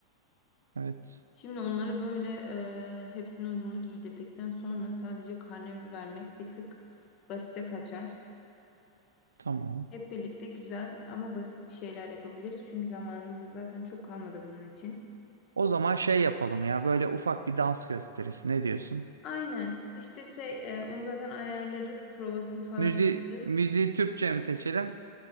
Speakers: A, on the right (about 75°); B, on the left (about 35°).
A: Evet.
B: Şimdi onları böyle e, hepsini uyumlu giydirdikten sonra sadece karne vermek bir tık basite kaçar.
A: Tamam.
B: Hep birlikte güzel ama basit bir şeyler yapabiliriz. Çünkü zamanımız da zaten çok kalmadı bunun için.
A: O zaman şey yapalım ya. Böyle ufak bir dans gösterisi. Ne diyorsun?
B: Aynen. İşte şey e, onu zaten ayarlarız. Provasını falan
A: Müzi
B: yaparız.
A: müziği Türkçe mi seçelim?